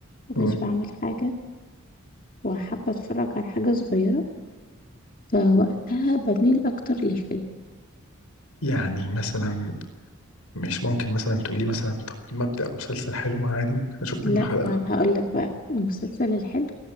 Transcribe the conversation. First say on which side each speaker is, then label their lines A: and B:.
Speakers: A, on the left; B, on the left.
A: ومش
B: مم.
A: بعمل حاجه وحابه اتفرج على حاجه صغيره فوقتها بميل اكتر للفيلم
B: يعني مثلا مش ممكن مثلا تقولي مثلا طب ما ابدأ مسلسل حلو عادي ممكن اشوف
A: لا
B: منه حلقة
A: ما هقول لك بقى المسلسل الحلو